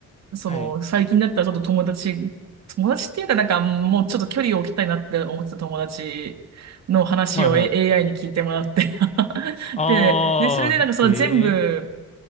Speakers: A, on the right; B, on the left.
A: その、
B: はい。
A: 最近だったらちょっと友達、友達っていうかなんか、もうちょっと距離を置きたいなって思ってた友達の話を、
B: はいはい。
A: A、i に聞いてもらって <laughs>
B: ああ、
A: で、で、それでなんかその全部、
B: へえ。